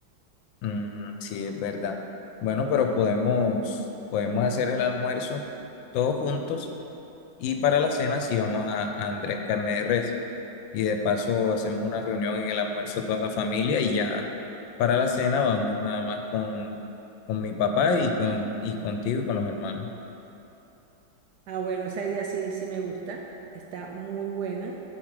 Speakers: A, on the left; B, on the right.
A: mm, sí es verdad. Bueno, pero podemos, podemos hacer el almuerzo todos juntos y para la cena sí vamos a, a Andrés Carne de Res y de paso hacemos una reunión en el almuerzo toda la familia y ya para la cena vamos nada más con, con mi papá y con y contigo y con los hermanos.
B: Ah, bueno, esa idea sí, sí me gusta, está muy buena.